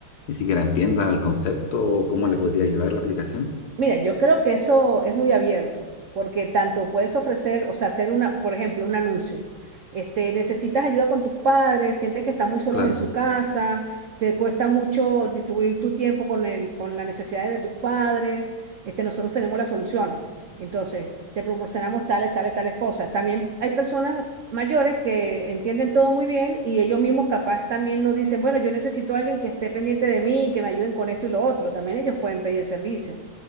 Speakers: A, on the left; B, on the right.
A: ni siquiera entienda el concepto o cómo
B: Claro.
A: le podría ayudar la aplicación?
B: Mira, yo creo que eso es muy abierto, porque tanto puedes ofrecer, o sea, hacer una, por ejemplo, un anuncio. Este, necesitas ayuda con tus padres, sientes que están muy solos
A: Claro,
B: en su casa, te cuesta mucho distribuir tu tiempo con el, con las necesidades de tus padres. Este, nosotros tenemos la solución. Entonces, te proporcionamos tales, tales, tales cosas. También hay personas mayores que entienden todo muy bien y ellos mismos capaz también nos dicen, bueno, yo necesito a alguien que esté pendiente de mí y que me ayuden con esto y lo otro. También ellos pueden pedir el servicio.